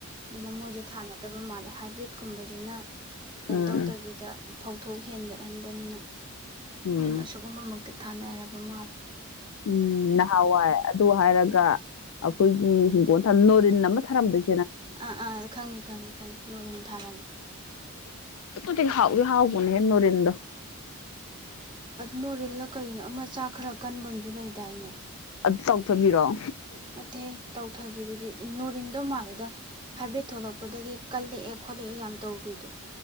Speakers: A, on the right; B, on the left.
A: ꯑꯗꯨꯅ ꯃꯣꯏꯁꯦ ꯊꯥꯅꯗꯕ ꯃꯥꯜꯂꯦ ꯍꯥꯏꯕ꯭ꯔꯤꯠꯀꯨꯝꯕꯁꯤꯅ ꯀꯩꯅꯣ
B: ꯎꯝ
A: ꯇꯧꯗꯕꯤꯗ ꯐꯧꯊꯣꯛ ꯍꯦꯟꯒꯠꯍꯟꯕꯅꯤꯅ
B: ꯎꯝ
A: ꯑꯗꯨꯅ ꯑꯁꯤꯒꯨꯝꯕ ꯃꯛꯇ ꯊꯥꯅꯔꯕ ꯃꯥꯂꯦ
B: ꯎꯝ ꯅꯍꯥꯟꯋꯥꯏ ꯑꯗꯨ ꯍꯥꯏꯔꯒ ꯑꯩꯈꯣꯏꯒꯤ ꯍꯤꯡꯒꯣꯜ ꯅꯣꯔꯤꯟ ꯑꯃ ꯊꯥꯔꯝꯗꯣꯏ
A: ꯑꯥ ꯑꯥ ꯈꯪꯉꯤ ꯈꯪꯉꯤ ꯈꯪꯉꯤ ꯅꯣꯔꯤꯦꯟ ꯊꯥꯔꯝꯃꯤ
B: ꯇꯨ ꯍꯥꯎ ꯍꯥꯎꯅ ꯍꯦ ꯅꯔꯤꯗ
A: ꯅꯣꯔꯤꯜꯂ ꯀꯔꯤꯅꯣ ꯑꯃ ꯆꯥꯛ ꯈꯔ ꯀꯟꯕꯝꯨ ꯂꯩꯗꯥꯏꯅꯦ
B: ꯑꯗꯨ ꯇ ꯆꯥꯎꯊꯣꯛꯕꯤꯔꯣꯑꯣ
A: ꯅꯠꯇꯦ ꯑꯩ ꯇꯧꯊꯕꯤꯗꯨꯗꯤ ꯅꯨꯣꯔꯤꯟꯗꯣ ꯃꯥꯜꯂꯦꯗ ꯍꯥꯏꯐꯦꯠ ꯊꯣꯛꯂꯛꯄꯗꯒꯤ ꯀꯜꯂꯛꯑꯦ ꯈꯣꯠꯂꯛꯑꯦ ꯌꯥꯝ ꯇꯧꯈꯤꯕꯗꯣ